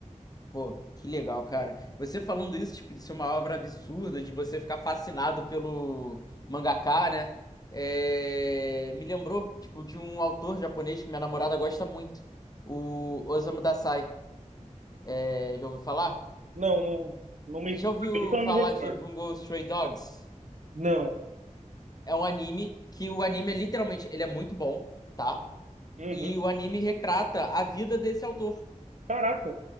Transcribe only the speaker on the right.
Não, não, não me...
Eu não
me recordo.
Não.
Uhum.
Caraca,